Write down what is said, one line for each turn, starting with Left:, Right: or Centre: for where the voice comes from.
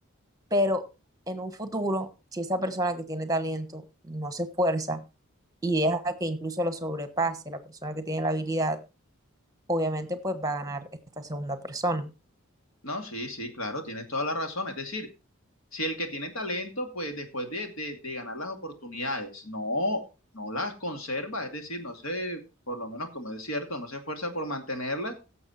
Right: Pero en un futuro, si esa persona que tiene talento no se esfuerza y deja que incluso lo sobrepase la persona que tiene la habilidad, obviamente pues va a ganar esta segunda persona.
Left: No, sí, sí, claro, tienes toda la razón. Es decir, si el que tiene talento, pues después de, de, de ganar las oportunidades, no, no las conserva, es decir, no sé, por lo menos como es cierto, no se esfuerza por mantenerlas.